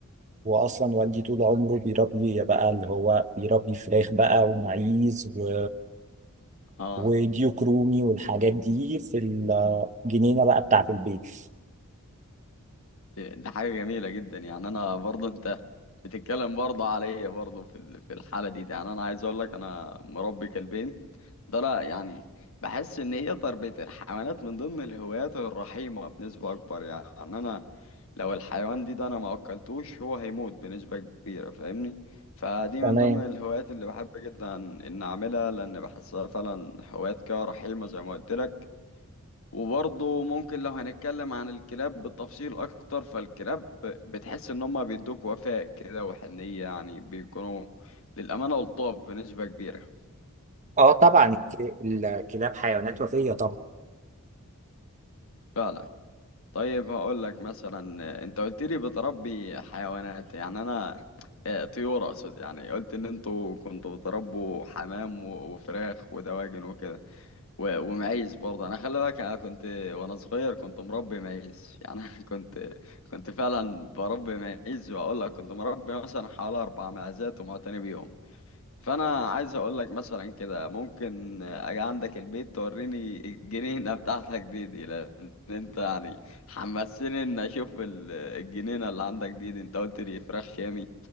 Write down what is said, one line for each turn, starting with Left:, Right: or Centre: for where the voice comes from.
Right: واصلا والدي طول عمره بيربي بقى اللي هو بيربي فراخ بقى ومعيز و...
Left: اه
Right: وديوك رومي والحاجات دي في الجنينه بقى بتاعه البيت
Left: دي حاجة جميلة جدا يعني أنا برضه أنت بتتكلم برضه عليا برضه في ال- في الحالة دي, دي يعني أنا عايز أقول لك أنا مربي كلبين ده لا يعني بحس إن هي تربية الحيوانات من ضمن الهوايات الرحيمة بنسبة أكبر يعني أنا لو الحيوان دي ده أنا ما أكلتوش هو هيموت بنسبة كبيرة فاهمني فدي
Right: تمام
Left: من ضمن الهوايات اللي بحب جدا إن أعملها لأن بحسها فعلا هوايات كده رحيمة زي ما قلت لك وبرضه ممكن لو هنتكلم عن الكلاب بالتفصيل اكتر فالكلاب ب- بتحس ان هم بيدوك وفاء كده وحنية يعني بيكونوا للامانة لطاف بنسبة كبيرة
Right: اه طبعا الك- الكلاب حيوانات وفيه طبعا
Left: فعلا طيب هقول لك مثلا آه، انت قلت لي بتربي حيوانات يعني انا آه، طيور اقصد يعني قلت ان انتوا كنتوا بتربوا حمام و- وفراخ ودواجن وكده و- ومعيز برضه انا خلي بالك انا كنت وانا صغير كنت مربي معيز يعني <laughs> أنا كنت كنت فعلا بربي معيز واقول لك كنت مربي مثلا حوالي اربع معزات ومعتني بيهم فانا عايز اقول لك مثلا كده ممكن اجي عندك البيت توريني الجنينه <laughs> بتاعتك دي دي لان انت يعني حمسني ان اشوف ال- الجنينه اللي عندك دي دي انت قلت لي فراخ شامي